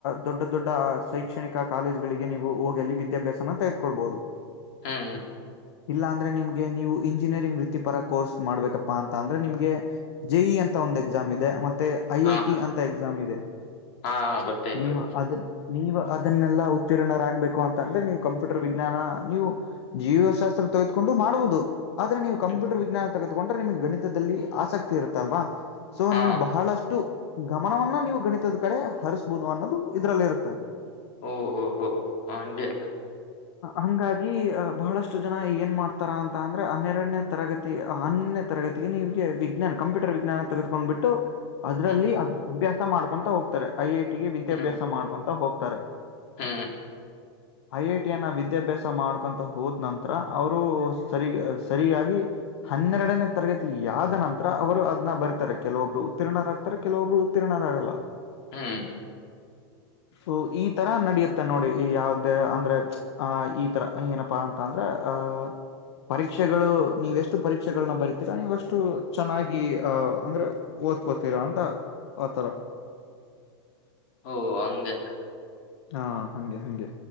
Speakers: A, on the left; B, on the left.
A: ದೊಡ್ಡ ದೊಡ್ಡ ಶೈಕ್ಷಣಿಕ. ಕಾಲೇಜಗಳಿಗೆ ನೀವು ಹೋಗಲ್ಲಿ ವಿದ್ಯಾಭ್ಯಾಸನ ತೆಗೆದುಕೊಳ್ಳಬಹುದು.
B: ಹ್ಮ್ಮ್
A: ಇಲ್ಲಾ ಅಂದ್ರೆ ನಿಮ್ಗೆ ನೀವು ಇಂಜಿನಿಯರಿಂಗ್ ವೃತ್ತಿಪರ ಕೋರ್ಸ್ ಮಾಡ್ಬೇಕಪ್ಪಾ ಅಂತ ಅಂದ್ರೆ ನಿಮ್ಗೆ. ಜೆಇ ಅಂತ ಒಂದು ಎಕ್ಸಾಮ್ ಇದೆ ಮ ಮತ್ತೆ ಐ
B: ಹಾ
A: ಐ ಟಿ ಅಂತ ಎಕ್ಸಾಮ್ ಇದೆ
B: ಹಾ ಗೊತ್ತಾಯ್ತು
A: ನೀವು ಅದರ್ ನೀವು ಅದನ್ನೆಲ್ಲಾ ಉತ್ತೀರ್ಣರಾಗ್ಬೇಕು ಅಂತ ಅಂದ್ರೆ ನೀವು ಕಂಪ್ಯೂಟರ್ ವಿಜ್ಞಾನ, ನೀವು ಜೀವಶಾಸ್ತ್ರ ತೆಗೆದ್ಕೊಂಡು ಮಾಡುಬೋದು ಆದ್ರೆ ನೀವು ಕಂಪ್ಯೂಟರ್
B: ಹ್ಮ್.
A: ವಿಜ್ಞಾನ ತೆಗೆದುಕೊಂಡ್ರೆ ನಿಮಗೆ ಗಣಿತದಲ್ಲಿ ಆಸಕ್ತಿ ಇರುತ್ತಲ್ವಾ ಸೊ
B: ಹಾ
A: ನೀವು ಬಹಳಷ್ಟು ಗಮನವನ್ನ ನೀವು ಗಣಿತದ ಕಡೆ ಹರಸ್ಬೋದು ಅನ್ನೋದು ಇದ್ರಲ್ಲಿ ಇರುತ್ತೆ
B: ಓಹೋ ಹೋ ಹಂಗೆ
A: ಹಂಗಾಗಿ ಬಹಳಷ್ಟು ಜನ ಏನ್ ಮಾಡ್ತಾರಾ ಅಂತ ಅಂದ್ರೆ ಹನ್ನೆರಡನೇ ತರಗತಿ ಹನ್ನಂದನೇ ತರಗ ತಿಗೆ ನೀಗೆ ವಿಜ್ಞಾನ ಕಂಪ್ಯೂಟರ್ ವಿಜ್ಞಾನ ತೆಗೆದುಕೊಂಡ್ಬಿಟ್ಟು ಅದ್ರಲ್ಲಿ
B: ಹ್ಮ್
A: ಅಭ್ಯಾಸ ಮಾಡ್ಕೊಂತಾ ಹೋಗ್ತಾರೆ ಐ ಐ ಟಿ ಗೆ ವಿದ್ಯಾಭ್ಯಾಸ
B: ಹ್ಮ್
A: ಮಾಡ್ಕೊಂತಾ ಹೋಗ್ತಾರೆ
B: ಹ್ಮ್
A: ಐ ಐ ಟಿ ಯನ್ನ ವಿದ್ಯಾಭ್ಯಾಸ ಮಾಡ್ಕೊಂತ ಹೋದ ನಂತರ ಅವರು ಸರಿ ಸರಿಯಾಗಿ ಹನ್ನೆರಡನೇ ತರಗತಿ ಯಾವ್ದನಂ ತ್ರ ಅವರು ಅದನ ಬರಿತಾರೆ ಕೆಲವೊಬ್ರು ಉತ್ತೀರ್ಣರಾಗ್ತಾರೆ ಕೆಲವೊಬ್ಬರು ಉತ್ತೀರ್ಣರಾಗಲ್ಲ
B: ಹ್ಮ್
A: <inaudible> ಸೊ ಈ ತರ ನಡಿಯುತ್ತೆ ನೋಡಿ ಯಾವ್ದೇ ಅಂದ್ರೆ ಆ ಈ ತರ ಏನಪಾ ಅಂತ ಅಂದ್ರೆ ಅ ಪರೀಕ್ಷೆಗಳು ನೀವೆಷ್ಟು ಪರೀಕ್ಷೆಗಳನ್ನ ಬರಿತೀರಾ ನೀವಷ್ಟು ಚೆನ್ನಾಗಿ ಅ ಅಂದ್ರೆ ಓದ್ಕೋತೀರಾ ಅಂತ ಆತರ
B: ಹೋ ಹಂಗೆ
A: ಹಾ ಹಂಗೆ ಹಂಗೆ